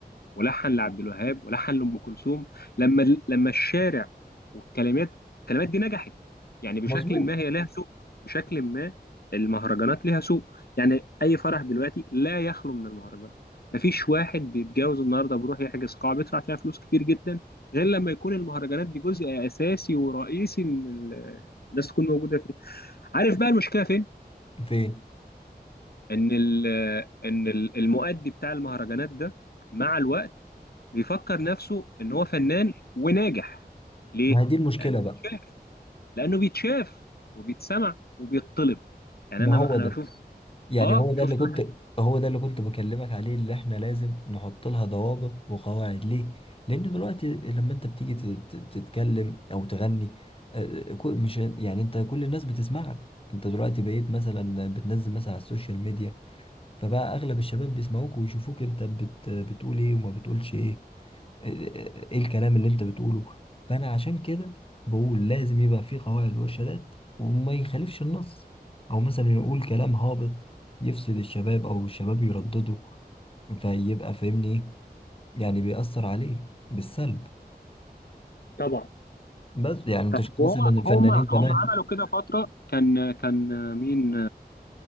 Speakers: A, on the left; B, on the left.
A: ولحن لعبد الوهاب ولحن لأم كلثوم لما لما الشارع والكلمات الكلمات دي نجحت يعني بشكل
B: مظبوط
A: ما هي لها سوق بشكل ما المهرجانات لها سوق يعني أي فرح دلوقتي لا يخلو من المهرجان مفيش واحد بيتجوز النهارده بيروح يحجز قاعة بيدفع فيها فلوس كتير جدا غير لما يكون المهرجانات دي جزء أساسي ورئيسي إن ال- الناس تكون موجودة فيه عارف بقى المشكلة فين؟
B: فين
A: ان ال ان ال- المؤدي بتاع المهرجانات ده مع الوقت بيفكر نفسه ان هو فنان وناجح ليه
B: ما هي دي المشكلة
A: لانه
B: بقى
A: بيتشاف لانه بيتشاف وبيتسمع وبيطلب يعني
B: ما
A: انا
B: هو
A: انا
B: ده
A: بشوف
B: يعني
A: اه
B: هو ده
A: شفت
B: اللي كنت
A: واحد
B: هو ده اللي كنت بكلمك عليه اللي احنا لازم نحط لها ضوابط وقواعد ليه؟ لأن دلوقتي لما انت بتيجي ت- ت- تتكلم أو تغني آه، آه، كل- مش يعني انت كل الناس بتسمعك انت دلوقتي بقيت مثلا بتنزل مثلا على السوشيال ميديا فبقى أغلب الشباب بيسمعوك ويشوفوك انت بت بتقول ايه وما بتقولش ايه ايه الكلام اللي انت بتقوله فانا عشان كده بقول لازم يبقى في قواعد وارشادات وما يخالفش النص او مثلا يقول كلام هابط يفسد الشباب او الشباب يردده فيبقى فاهمني ايه يعني بيأثر عليه بالسلب
A: طبعا
B: بس يعني انت
A: طب
B: شفت مثلا
A: هو
B: الفنانين
A: هم هم
B: زمان
A: عملوا كده فتره كان كان مين